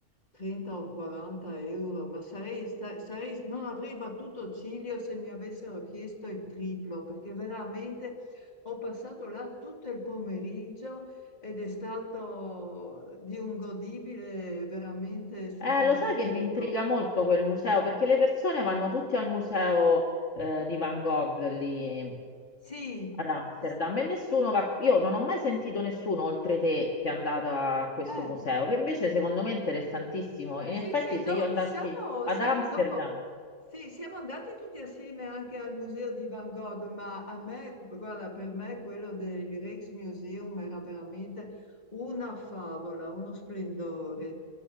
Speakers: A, on the left (about 30°); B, on the left (about 55°).
A: 30 o 40 euro, ma sarei, sta- sarei- non avrei battuto ciglio se mi avessero chiesto il triplo, perché veramente ho passato là tutto il pomeriggio ed è stato di un godibile veramente superlativo.
B: Eh, lo sai che mi intriga molto quel museo perché le persone vanno tutte al museo eh, di Van Gogh lì
A: Sì,
B: ad Amsterdam
A: s-
B: e nessuno va. Io non ho mai sentito nessuno oltre te che è andato a questo
A: eh.
B: museo, che invece secondo me è interessantissimo. In
A: Sì,
B: effetti,
A: sì,
B: se
A: no,
B: io andassi
A: siamo,
B: ad
A: siamo
B: Amsterdam.
A: dopo, sì, siamo andati tutti assieme anche al museo di Van Gogh, ma a me, guarda, per me quello del Rijksmuseum era veramente una favola, uno splendore.